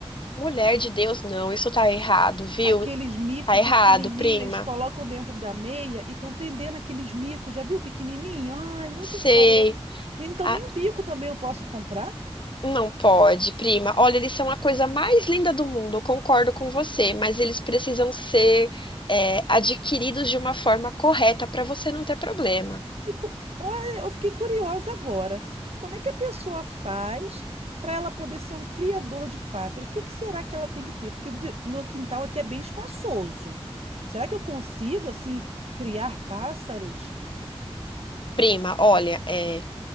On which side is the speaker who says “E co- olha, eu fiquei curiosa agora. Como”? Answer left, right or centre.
Right